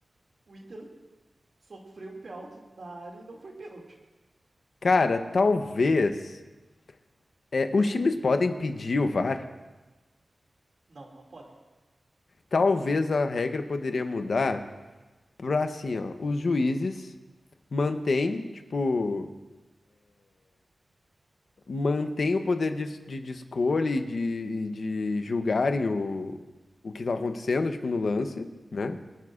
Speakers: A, on the right (about 55°); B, on the left (about 80°).
A: o Inter sofreu um pé alto na área e não foi pênalti.
B: Cara, talvez. é, os times podem pedir o VAR.
A: Não, não podem.
B: Talvez a regra poderia mudar pra assim, ó, os juízes mantêm, tipo, mantêm o poder de, es- de, de escolha e de, e de julgarem o, o que tá acontecendo, tipo, no lance, né?